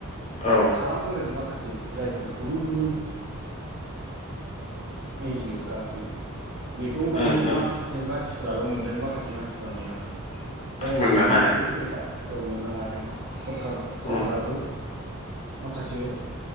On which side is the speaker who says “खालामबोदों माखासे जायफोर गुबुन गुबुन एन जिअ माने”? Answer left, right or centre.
Right